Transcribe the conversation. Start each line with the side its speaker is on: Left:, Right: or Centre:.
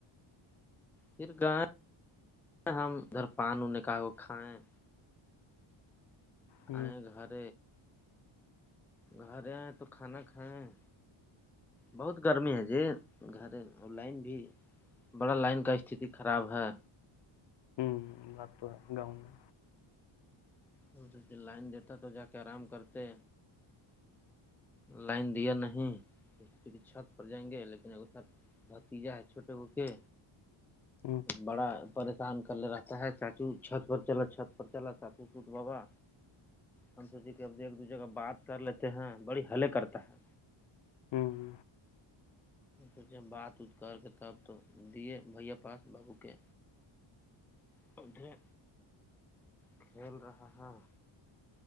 Centre: پھر گائےیں ہم ادھر پان ونے کہا کھائیں
Left: ہوں
Centre: آئ گھر گھر آئیں تو کھانا کھائیں بہت گرمی ہے جی گھر اور لائن بھی بڑا لائن کا استھتی خراب ہے
Left: ہوں بات تو ہے گاؤں میں
Centre: ان سےھر لائن دیتا تو جا کے آرام کرتے لائن دیا نہیں کی چھت پر جائیں گے لیکن ا س بھتیجا ہے چھوٹے کو کے
Left: ہوں
Centre: بڑا پریشان کر لے رہتا ہے چاچو چھت پر چلا چھت پر چلا چاچو سوت بابا ہم سوچے کہ اب ایک دو جے کا بات کر لیتے ہیں بڑی ہلے کرتا ہے
Left: ہوں
Centre: سوچے بات ات کر کے تب تو دیے بھیا پاس بابو کے پدھے کھیل رہا ہے